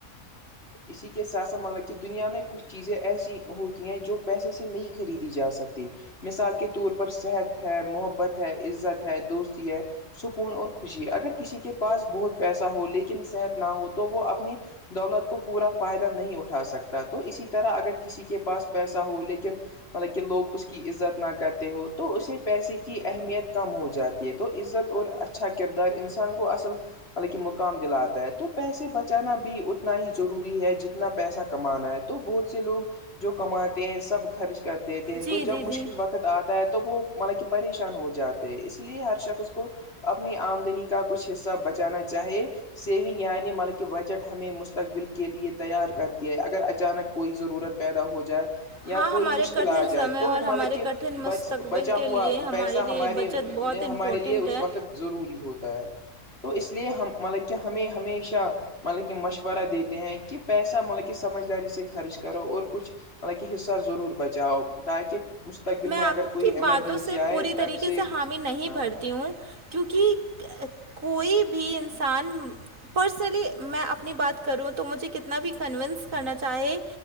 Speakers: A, on the left (about 50°); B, on the right (about 80°).
A: <inaudible> اسی کے ساتھ سات مطلب کہ دنیا میں کچھ چیزیں ایسی ہوتی ہیں جو پیسے سے نہیں خریدی جا سکتی مثال کے طور پر صحت ہے محبت ہے عزت ہے دوستی ہے سکون اور خوشی اگر کسی کے پاس بہت پیسہ ہو لیکن صحت نہ ہو تو وہ اپنی دولت کو پورا فائدہ نہیں اٹھا سکتا تو اسی طرح اگر کسی کے پاس پیسہ ہو لیکن مطلب کہ لوگ اس کی عزت نہ کرتے ہو تو اسے پیسے کی اہمیت کم ہو جاتی ہے تو عزت اور اچھا کردار انسان کو اصل مطلب کہ مقام دلاتا ہے تو پیسے بچانا بھی اتنا ہی ضروری ہے جتنا پیسہ کمانا ہے تو بہت سے لوگ جو کماتے ہیں سب خرچ کر دیتے ہیں
B: جی
A: تو جب
B: جی
A: مشکل
B: جی
A: وقت آتا ہے تو وہ مطلب کہ پریشان ہو جاتے ہیں اس لیے ہر شخص کو اپنی آمدنی کا کچھ حصہ بچانا چاہے سیونگ یعنی مطلب کہ بجٹ ہمیں مستقبل کے لیے تیار کرتی ہے اگر اچانک کوئی ضرورت پیدا ہو جائے یا
B: ہاں
A: کوئی
B: ہمارے
A: مشکل
B: کٹھن
A: آ جائے
B: سمے
A: تو
B: اور
A: مطلب
B: ہمارے
A: کہ
B: کٹھن
A: بچ
B: مستقبل
A: بچا
B: کے
A: ہوا
B: لیے ہمارے
A: پیسہ ہماری
B: لیے بچت بہت
A: ہمارے
B: امپورٹنٹ
A: لیے اس
B: ہے
A: وقت ضروری ہوتا ہے تو اس اس لیے ہم مطلب کہ ہمیں ہمیشہ مطلب کہ مشورہ دیتے ہیں کہ پیسہ مطلب کہ سمجھداری سے خرچ کرو اور کچھ حالان کہ حصہ ضرور بچاؤ تاکہ مستقبل
B: میں آپ
A: اگر کوئی
B: کی
A: ایمرجنسی
B: باتوں سے
A: آئے
B: پوری
A: تب
B: طریقے سے حامی نہیں
A: ہاں
B: بھرتی
A: ہاں
B: ہوں کیونکہ کوئی بھی انسان پرسنلی میں اپنی بات کروں تو مجھے کتنا بھی کنوونس کرنا چاہے